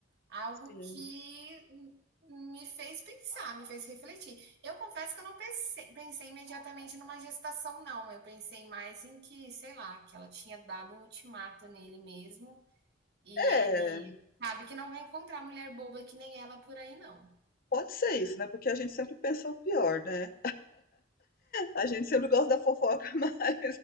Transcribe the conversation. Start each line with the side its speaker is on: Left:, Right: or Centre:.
Right: Algo
Left: sim.
Right: que me fez pensar, me fez refletir. Eu confesso que eu não pense- pensei, imediatamente numa gestação, não. Eu pensei mais em que, sei lá, que ela tinha dado um ultimato nele mesmo e
Left: É,
Right: ele sabe que não vai encontrar mulher boba que nem ela por aí, não.
Left: pode ser isso, né? Porque a gente sempre pensa o pior, né? A gente sempre gosta da fofoca, <laughs> mas